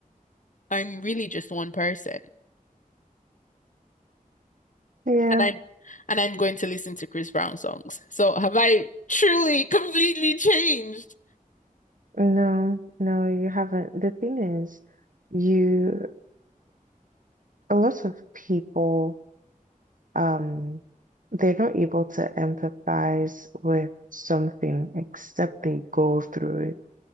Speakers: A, on the left; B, on the right.
A: I'm really just one person.
B: Yeah,
A: And I'm and I'm going to listen to Chris Brown songs. So have I truly, <laughs> completely changed?
B: no, no, you haven't. The thing is, you, a lot of people. um, they're not able to empathize with something except they go through it.